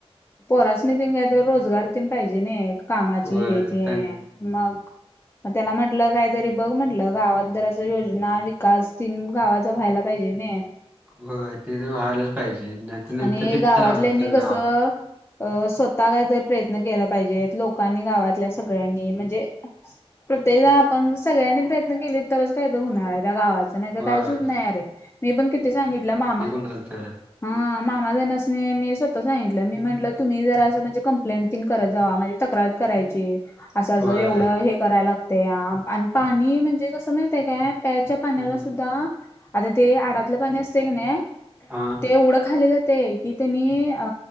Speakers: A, on the left (about 25°); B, on the right (about 15°).
A: पोरासणी तन काहीतरी रोजगार त पाहिजे न कामाची
B: होय
A: हे ते
B: त्यां
A: मग. मग त्याला म्हटलं काहीतरी बघ म्हटलं गावात जर अस योजना विकास तीन गावाचा व्हायला. पाहिजे ने.
B: हो ते तर व्हायलाच पाहिजे नाहीतर नंतर
A: आणि
B: तिथे
A: गावातल्यांनी
B: राहणार
A: कसं
B: गाव.
A: अ स्वतः कायतरी प्रयत्न केला पाहिजे लोकांनी गावातल्या सगळ्यांनी म्हणजे. प्रत्येक जण आपण सगळ्यांनी प्रयत्न केले तरच काही तर होणार आहे त्या गावाच. नाही तर
B: होय
A: काहीच होत नाही अरे मी पण किती सांगितलं मामा
B: खरंतर
A: हा मामाजणसनी मी मी म्हटलं तुम्ही जरा असं म्हणजे कंप्लेट तिन करत जावा. तक्रार करायची. असा
B: होय
A: ज एवढं हे करायला लागत आणि पाणी म्हणजे कसं माहितय काय? प्यायच्या पाण्याला
B: हम्म
A: सुद्धा आता ते आडातलं पाणी असते की नाही
B: हा.
A: ते एवढं खाली जाते की त्यांनी अ